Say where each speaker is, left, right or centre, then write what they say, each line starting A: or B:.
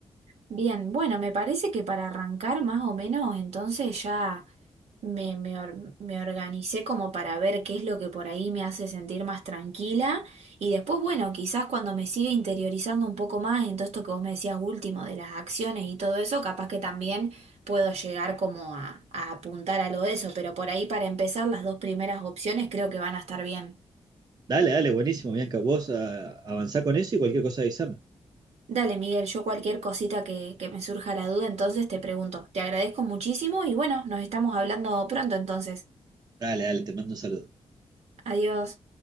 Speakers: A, on the right; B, on the right.
A: Bien, bueno, me parece que para arrancar más o menos, entonces ya me, me or- me organicé como para ver qué es lo que por ahí me hace sentir más tranquila y después, bueno, quizás cuando me siga interiorizando un poco más en todo esto que vos me decías último de las acciones y todo eso, capaz que también puedo llegar como a, a apuntar algo de eso, pero por ahí para empezar las dos primeras opciones creo que van a estar bien.
B: Dale, dale, buenísimo, Bianca. Vos ah, avanzá con eso y cualquier cosa avísame.
A: Dale, Miguel, yo cualquier cosita que, que me surja la duda, entonces te pregunto. Te agradezco muchísimo y bueno, nos estamos hablando pronto entonces.
B: Dale, dale, te mando un saludo.
A: Adiós.